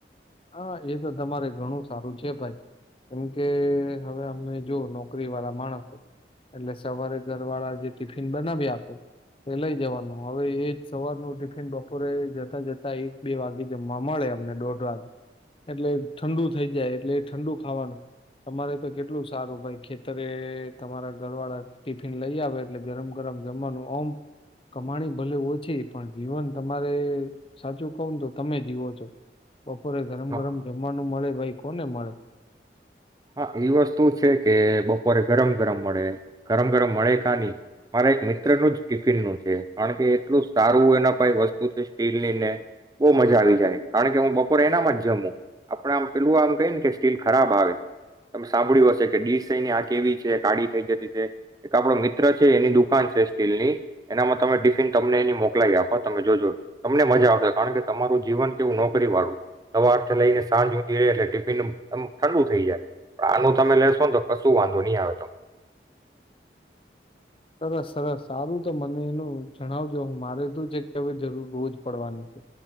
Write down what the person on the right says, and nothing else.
હા
હા એ વસ્તુ છે કે બપોરે ગરમ ગરમ મળે ગરમ ગરમ મળે કા નહી મારા એક મિત્રનું જ ટિફિનનું છે કારણ કે એટલું સારું એના પાહે વસ્તુ છે સ્ટીલ ની ને બહુ મજા આવી જાય કારણ કે હું બપોરે એનામાં જ જમું આપડ આમ પેલું આમ કહી ને કે સ્ટીલ ખરાબ આવે. તમે સાંભળ્યું હશે કે ડીશ છેને આ કેવી છે કાળી થઈ જતી છે એક આપડો મિત્ર છે એની દુકાન છે સ્ટીલની એનામાં તમે ટિફિન તમને એ મોકલાવી આપો તમે જોજો તમને મજા આવશે કારણ કે તમારું જીવન કેવું નોકરી વાળું સવારથી લઈને સાંજ હુધી રહીએ એટલે ટિફિન આમ ઠંડુ થઈ જાય. આનું તમે લેશો ને તો કશું વાંધો નહી આવે તમ